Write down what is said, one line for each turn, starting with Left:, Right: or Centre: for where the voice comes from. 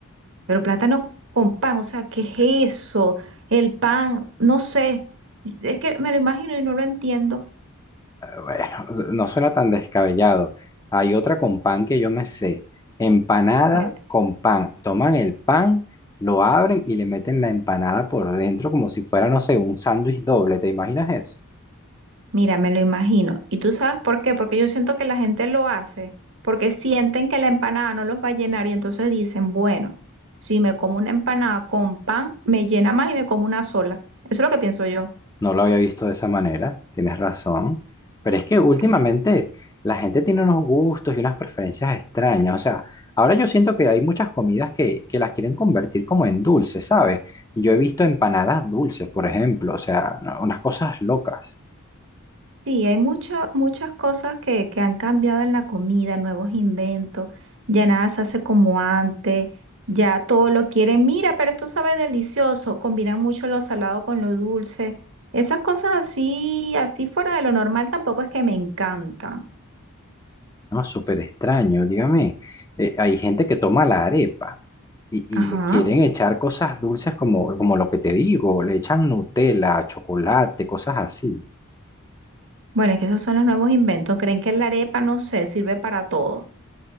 Right: Pero plátano con pan, o sea, ¿qué es eso? El pan, no sé. Es que me lo imagino y no lo entiendo.
Left: Bueno, no suena tan descabellado. Hay otra con pan que yo me sé, empanada
Right: El-
Left: con pan. Toman el pan, lo abren y le meten la empanada por dentro como si fuera, no sé, un sándwich doble, ¿te imaginas eso?
Right: Mira, me lo imagino. ¿Y tú sabes por qué? Porque yo siento que la gente lo hace, porque sienten que la empanada no los va a llenar y entonces dicen, bueno, si me como una empanada con pan, me llena más y me como una sola. Eso es lo que pienso yo.
Left: No lo había visto de esa manera, tienes razón. Pero es que últimamente
Right: Claro.
Left: la gente tiene unos gustos y unas preferencias extrañas. O sea, ahora yo siento que hay muchas comidas que, que las quieren convertir como en dulces, ¿sabes? Yo he visto empanadas dulces, por ejemplo. O sea, no- unas cosas locas,
Right: Sí, hay mucho- muchas cosas que, que han cambiado en la comida, nuevos inventos, ya nada se hace como antes, ya todo lo quieren, mira, pero esto sabe delicioso, combinan mucho lo salado con lo dulce, esas cosas así, así fuera de lo normal tampoco es que me encantan.
Left: ¿no? Súper extraño, dígame. Eh, hay gente que toma la arepa y,
Right: Ajá,
Left: y le quieren echar cosas dulces como, como lo que te digo. Le echan Nutella, chocolate, cosas así.
Right: bueno, es que esos son los nuevos inventos, creen que la arepa, no sé, sirve para todo.